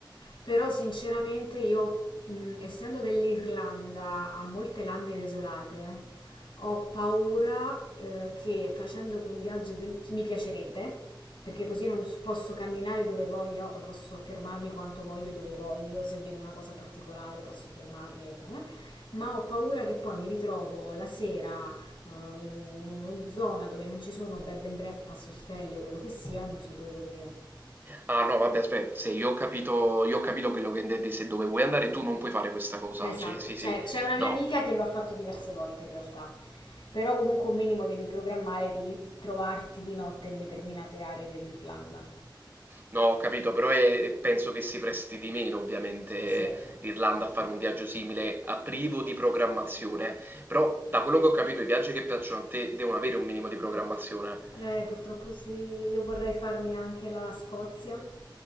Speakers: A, on the left; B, on the right.
A: però sinceramente io, mh, essendo che l'Irlanda ha molte lande desolate, ho paura, eh, che facendo un viaggio del... mi piacerebbe, perché così non s- posso camminare dove voglio, posso fermarmi quanto voglio dove voglio, se vedo una cosa particolare posso fermarmi, ecco, eh. ma ho paura che poi mi ritrovo la sera eh, in una zona dove non ci sono bed and breakfast, ostelli o quello che sia, non so dove dormire.
B: Ah no, vabbè, aspetta, se io ho capito, io ho capito quello che intendi, se dove vuoi andare tu non puoi fare questa cosa,
A: Esatto,
B: cioè sì
A: c'è,
B: sì,
A: c'è una mia
B: no,
A: amica che lo ha fatto diverse volte in realtà, però comunque un minimo devi programmare di trovarti di notte in determinate aree dell'Irlanda.
B: no, ho capito, però è- penso che si presti di meno ovviamente
A: Sì,
B: l'Irlanda a fare un viaggio simile, a privo di programmazione, però da quello che ho capito i viaggi che piacciono a te devono avere un minimo di programmazione.
A: eh, purtroppo sì, io vorrei farmi anche la Scozia,